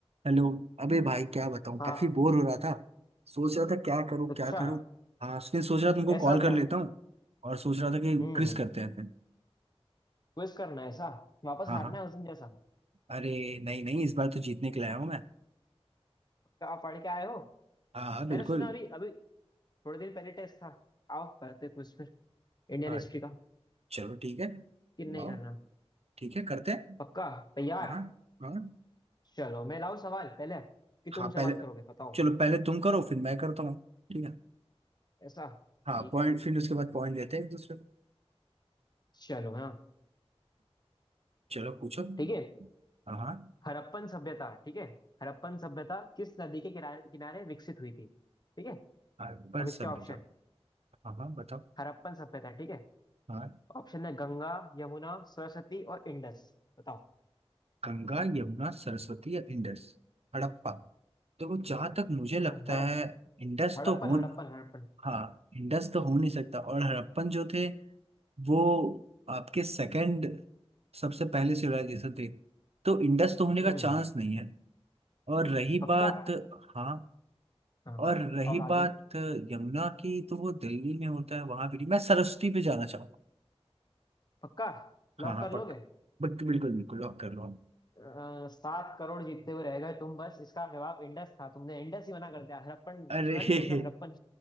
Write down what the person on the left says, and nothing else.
हाँ
अच्छा
ऐसा
क्या
हम्म
क्विज करना है ऐसा वापस
हारना
है उस दिन जैसा
क्या आप पढ़ के आए हो
मैंने सुना अभी अभी थोड़े दिन पहले टेस्ट था आओ करते क्विज फिर इंडियन
हिस्ट्री का
कि नहीं
करना
पक्का तैयार
चलो मैं लाऊं सवाल पहले कि
तुम
शुरुआत करोगे बताओ
ऐसा
ठीक
है भाई
चलो हाँ
ठीक है
हड़प्पन सभ्यता ठीक है हड़प्पन सभ्यता किस नदी के किनारे किनारे विकसित हुई थी ठीक है
अब
इसके ऑप्शन
हड़प्पन सभ्यता ठीक है
ऑप्शन है गंगा यमुना सरस्वती और इंडस बताओ
हड़प
हड़प्पन
हड़प्पन हड़प्पन
हम्म
पक्का
हाँ
और आगे
पक्का लॉक
कर लोगे
अ, सात करोड़ जीतते हुए रह गए तुम बस इसका जवाब इंडस था तुमने इंडस ही मना कर दिया हड़प्पन
सुना
नहीं तुमने हड़प्पन